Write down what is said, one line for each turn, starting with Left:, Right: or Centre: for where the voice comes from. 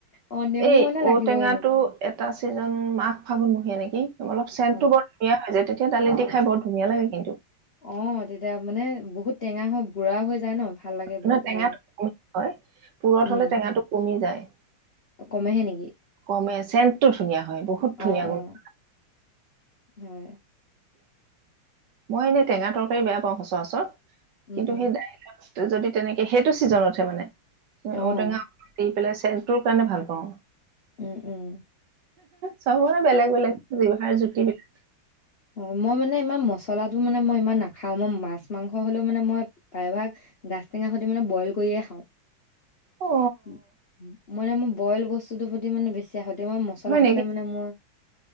Left: অ, নেমু
Right: এই
Left: মানে লাগিবই
Right: ঔটেঙাটো
Left: মোক।
Right: এটা ছিজন মাঘ ফাগুনমহীয়া নেকি অলপ চেণ্টটো
Left: অ
Right: বৰ ধুনীয়া হৈ যায় তেতিয়া তেতিয়া দালিত দি খাই বৰ ধুনীয়া লাগে কিন্তু।
Left: অ', তেতিয়া মানে বহুত টেঙা হৈ বুঢ়া হৈ যায় ন ভাল লাগে বহুত
Right: নহয়, টেঙাটো
Left: ভাল লাগে
Right: কম হয়, পুৰঠ
Left: উম
Right: হলে টেঙাটো কমি যায়।
Left: কমেহে নেকি
Right: কমে চেণ্টটো ধুনীয়া হয়, বহুত ধুনীয়া
Left: অঁ
Right: গুণ
Left: অঁ
Right: <inaudible>
Left: হয়
Right: মই এনে টেঙা তৰকাৰী বেয়া পাওঁ সচৰাচৰ
Left: উম
Right: কিন্তু
Left: উম
Right: সেইদাইলত যদি তেনেকে সেইটো চিজনতহে মানে
Left: অঁ
Right: ঔটেঙা দি, পেলাই <unintelligible> টোৰ কাৰণে ভাল পাওঁ।
Left: উম, উম।
Right: চবৰে বেলেগ, বেলেগ জিভাৰ জুতি বিলা
Left: অ', মই মানে ইমান মচলাটো মানে মই ইমান নাখাওঁ, মই মাছ, মাংস হ'লেও মানে মই প্ৰায়ভাগ গাজ টেঙা সতি মানে বইল কৰিয়ে খাওঁ।
Right: অ
Left: <unintelligible> মোৰ বইল বস্তুটোৰ প্ৰতি মানে বেছি <unintelligible> মই মছলা
Right: হয়
Left: খালে মানে মই